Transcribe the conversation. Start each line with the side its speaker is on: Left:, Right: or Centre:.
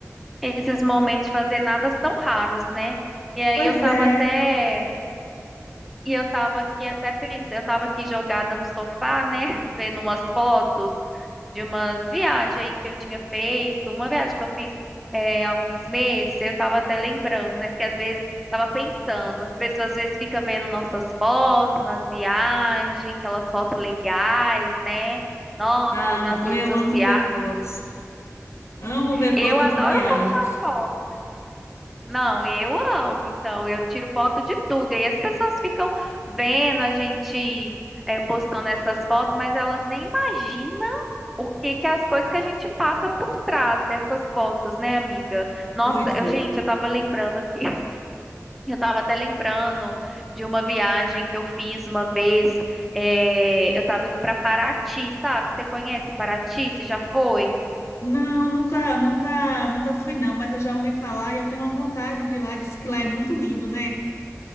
Centre: esses momentos de fazer nada são raros, né? E aí
Left: pois
Centre: eu tava
Left: é.
Centre: até, e eu tava aqui até pensando, eu tava aqui jogada no sofá, né, <laughs> vendo umas fotos de umas viagens aí que eu tinha feito, uma viagem que eu fiz é, alguns meses, eu tava até lembrando, né, porque às vezes tava pensando, as pessoas às vezes ficam vendo nossas fotos nas viagens, aquelas fotos legais, né? Nossa,
Left: Ah,
Centre: nas redes
Left: eu
Centre: sociais.
Left: amo ver fotos. Amo ver
Centre: Eu
Left: foto
Centre: adoro
Left: de viagens.
Centre: postar foto. Não, eu amo, então, eu tiro foto de tudo. E aí as pessoas ficam vendo a gente eh, postando essas fotos, mas elas nem imaginam o que que é as coisas que a gente passa por trás dessas fotos, né, amiga? Nossa,
Left: Pois
Centre: eu,
Left: é.
Centre: gente, eu tava lembrando aqui, <laughs> eu tava até lembrando de uma viagem que eu fiz uma vez. eh, eu tava indo para Paraty, sabe? Você conhece Paraty? Você já foi?
Left: Não, nunca, nunca, nunca fui não, mas eu já ouvi falar e eu tenho uma vontade de ir lá. Diz que lá é muito lindo, né?